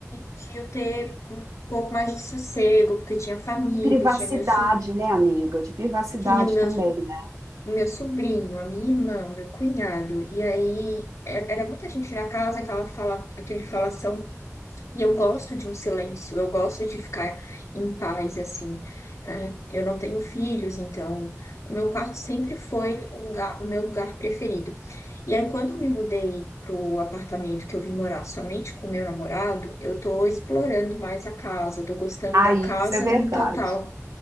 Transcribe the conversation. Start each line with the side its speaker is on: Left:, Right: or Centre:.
Left: de eu ter um pouco mais de sossego, porque tinha família,
Right: De privacidade,
Left: tinha meus, so-
Right: né, amiga? De privacidade
Left: tinha meus
Right: também, né?
Left: o meu sobrinho, a minha irmã, o meu cunhado. E aí é- era muita gente na casa, aquela fala, aquele falação. E eu gosto de um silêncio, eu gosto de ficar em paz, assim, né? Eu não tenho filhos, então o meu quarto sempre foi o lugar, o meu lugar preferido. E aí quando eu me mudei pro apartamento que eu vim morar somente com o meu namorado, eu tô explorando mais a casa, tô gostando
Right: Ah,
Left: da
Right: isso
Left: casa
Right: é verdade.
Left: num total.